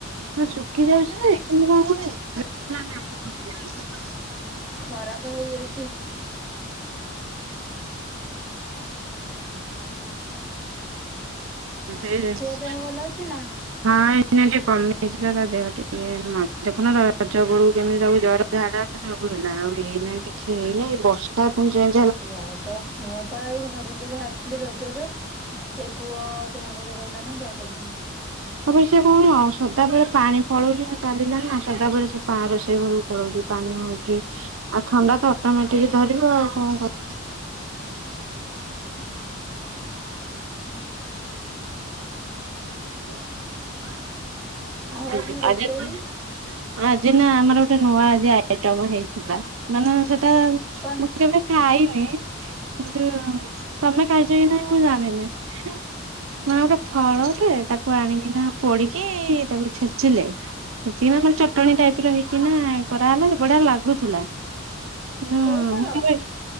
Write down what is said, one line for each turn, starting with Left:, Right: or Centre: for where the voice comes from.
Right: ହଁ ଶୁଖି ଯାଉଛି ଯେ କିନ୍ତୁ କଣ କହିଲେ <inaudible>
Centre: ଖରାପେ ହେଇଯାଇଚି।
Right: ସେଇ ଜିନଷ
Centre: ପୁଅ ଦେହ ଭଲ ଅଛି ନା?
Right: ହଁ, ଏଇନା ଟିକେ କମିଯାଇଛି ତ ତା ଦେହ ଟିକେ। ମଝି ଦେଖୁନ ରଜ ବେଳକୁ କେମିତି ତାକୁ ଜର, ଝାଡା ସବୁ ହେଲା। ଆଉ ଏଇନାଇଁ କିଛି ହେଇନେଇ, ବର୍ଷା ପୁଣି ଯାଇ
Centre: ଛୁଆ ତ। ମୁଁ ବା ଏଇ ଘରକୁ ବାହାରି ଥିଲି ରଜରେ, ଏ ପୁଅ ଦେହ ଭଲ ରହିଲା ନା ଯାଇପାରିଲିନି।
Right: ତାପରେ ସେ କଅଣ ସଦାବେଳେ ପାଣି ପଳଉଚି ନା ଚାଲିଲା ନା, ସଦାବେଳେ ସେ ପାଆଁ ରୋଷେଇ ଘରକୁ ପଳଉଚି। ପାଣି ହଉଚି, ଆଉ ଥଣ୍ଡା ତ ଅଟୋମେଟିକ ଧରିବ ଆଉ କଣ କରିବ? <unintelligible>
Centre: ଆଉ
Right: ଆଗି
Centre: ରୋଷେଇ
Right: ଆଜି ତ ଆଜି ନା ଆମର ଗୋଟେ ନୂଆ ଆଜି ଆଇଟମ ହେଇଥିଲା। ନା ନା ନା ସେଇଟା,
Centre: କଣ?
Right: ମୁଁ କେବେ ଖାଇନି କିନ୍ତୁ ତମେ ଖାଇଛ କି ନାହିଁ ମୁଁ ଜାଣିନେଇଁ? ମା ଗୋଟେ ଫଳଟେ, ତାକୁ ଆଣିକିନା ପୋଡିକି ତାକୁ ଛେଚିଲେ ଛେଚିକିନା ତାକୁ ଚଟଣୀ ଟାଇପର ହେଇକିନା ଇଏ କରାହେଲା, ସିଏ ବଢିଆ ଲାଗୁଥୁଲା। ନାଁ
Centre: କୋଉ ଫଳ?
Right: ମୁଁ କ ପାଇ